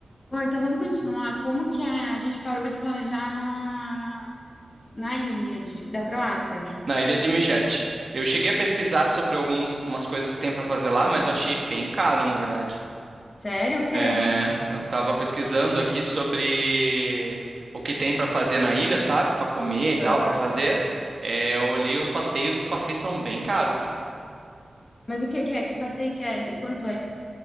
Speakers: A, on the left (about 40°); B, on the right (about 50°).
A: Bom, então vamos continuar. Como que a, a gente parou de planejar na, na, na ilha de- da Croácia?
B: na ilha de Mijet. Eu cheguei a pesquisar sobre algumas umas coisas que tem pra fazer lá, mas eu achei bem caro, na verdade.
A: Sério, o quê?
B: É, eu tava pesquisando aqui sobre o que tem pra fazer na ilha, sabe? Pra comer e tal,
A: Aham.
B: pra fazer. É, eu olhei os passeios, os passeios são bem caros.
A: Mas o que que é? Que passeio que é? E quanto é?